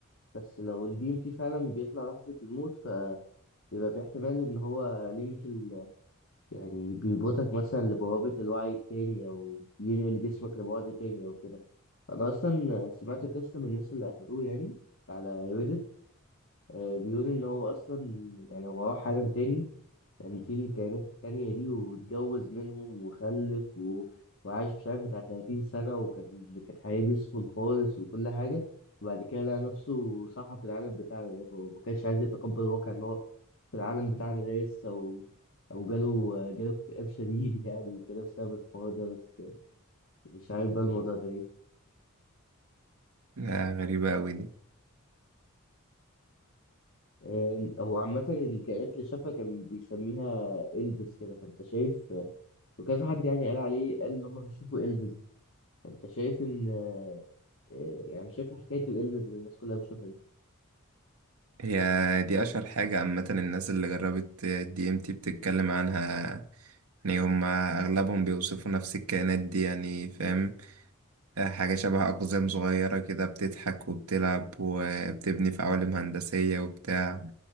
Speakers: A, on the left (about 60°); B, on the right (about 80°).
A: بس لو الدي ام تي فعلا بيطلع لحظة الموت فيبقى في احتمال ان هو لينك ال... يعني بيربطك مثلا لبوابة الوعي التاني او ينقل جسمك لبعد تاني او كده انا اصلا سمعت قصة من الناس اللي اخدوه يعني على ريدت بيقول ان هو اصلا يعني هو راح عالم تاني كان في الكائنات التانية دي واتجوز منهم وخلف و... وعاش مش عارف بتاع 30 سنة وكان كانت حياة بيسفل خالص وكل حاجة وبعد كده لقى نفسه صحى في العالم بتاعنا ده فهو ما كانش عايز يتقبل الواقع إن هو في العالم بتاعنا ده لسه أو أو جاله جاله اكتئاب شديد يعني وكده بسبب الحوار ده بس مش عارف بقى الموضوع ده إيه
B: آه، غريبة اوي دي
A: آه، هو عامة الكائنات اللي شافها كان بيسميها إلفيس كده فأنت شايف وكذا حد يعني قال عليه قال إن هما بيشوفوا إلفيس فأنت شايف إن إيه، يعني شايف حكاية الإلبس اللي الناس كلها بتشوفها دي
B: هي دي اشهر حاجة عامة الناس اللي جربت الدي ام تي بتتكلم عنها يعني هما اغلبهم بيوصفوا نفس الكائنات دي يعني فاهم آه، حاجة شبه أقزام صغيرة كده بتضحك وبتلعب وبتبني في عوالم هندسية وبتاع